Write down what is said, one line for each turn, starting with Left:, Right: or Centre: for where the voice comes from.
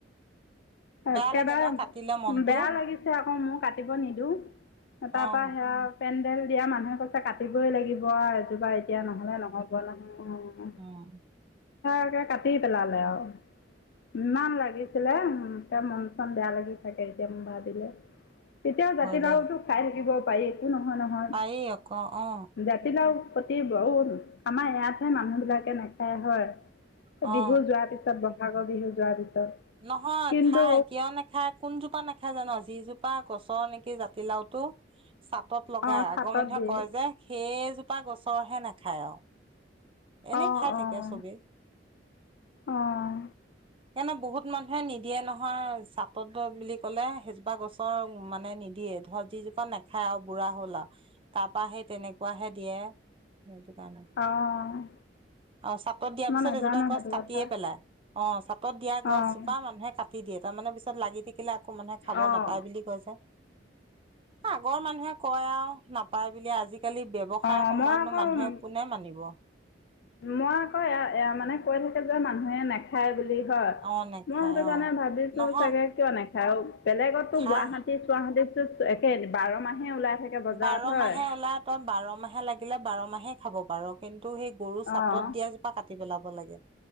Right: বেয়া
Left: একেবাৰে,
Right: লাগে ন কাটিলে মনটো
Left: বেয়া লাগিছে আকৌ মোৰ কাটিব নিদো। তাপা
Right: অ
Left: পা সেয়া পেণ্ডেল দিয়া মানুহে কৈছে, কাটিবই লাগিব এ বা এতিয়া নহ'লে নহ'ব নহয়। অ
Right: উম
Left: এতিয়া কাটি পেলালে আও, ইমান লাগিছিলে উম। তে মন চন বেয়া লাগি থাকে এতিয়া মোৰ ভাবিলে। তেতিয়াও জাতিলাওঁটো
Right: হয় দে
Left: খায় থাকিব পাৰি। এ নহয় নহয়।
Right: পাৰি আকৌ অ
Left: জাতিলাও প্ৰতি বহুত, আমাৰ ইয়াতহে মানুহ বিলাকে নাখায় হয়।
Right: অ
Left: বিহু যোৱা পিছত বহাগৰ বিহু যোৱা পিছত।
Right: নহয়
Left: কিন্তু
Right: খায়। কিয় নাখায়? কোনজোপা নেখায় জান? যিজোপা গছৰ নেকি জাতিলাওটো চাটত লগায়।
Left: অঁ চাটত
Right: আগৰ মানুহে
Left: দিয়ে
Right: কয় যে, সেইজোপা গছৰহে নাখায় আৰু। এনে
Left: অঁ
Right: খায় থাকে
Left: অঁ
Right: চবে।
Left: অঁ
Right: সেইকাৰণে বহুত মানুহে নিদিয়ে নহয়। চাটত দিয়া বুলি ক'লে সেইজোপা গছ ক মানে নিদিয়ে। ধৰ যিজোপা নেখায় আৰু বুঢ়া হ'ল আও তাপা সেই তেনেকুৱাহে দিয়ে, সেইটো কাৰণে।
Left: অঁ।
Right: অ চাটত দিয়া
Left: মই
Right: পিছত
Left: নাজানো
Right: সেইজোপা গছ
Left: সেইটো
Right: কাটিয়ে
Left: কথা
Right: পেলাই। অ চাটত দিয়া গছজোপা
Left: অঁ
Right: মানুহে কাটি দিয়ে, তাৰমানে পিছত লাগি থাকিলে আকৌ মানুহে খাব
Left: অঁ
Right: নাপায় বুলি কয় যে। অ আগৰ মানুহে কয় আও নাপায় বুলি, আজি আজিকালি ব্যৱসায়
Left: অঁ
Right: সময়তনো
Left: মই আকৌ
Right: মানুহে কোনে মানিব।
Left: মই আক এয়া মানে কৈ থাকো যে মানুহে খায় বুলি হয়,
Right: অ নেখায়
Left: মই সেইটো কাৰণে
Right: অ
Left: ভাবিছো
Right: নহয়
Left: চাগে কিয় নাখায় আৰু বেলেগতো
Right: খাই
Left: গুৱাহাটী গুৱাহাটী, চোৱাহাটিটো একে বাৰ মাহে ওলাই থাকে। বজাৰত
Right: বাৰ
Left: হয়
Right: মাহে ওলায়। তই বাৰ মাহে লাগিলে বাৰ মাহে খাব পাৰ, কিন্তু সেই গৰু চাটত
Left: অঁ
Right: দিয়া। পা কাটি পেলাব লাগে,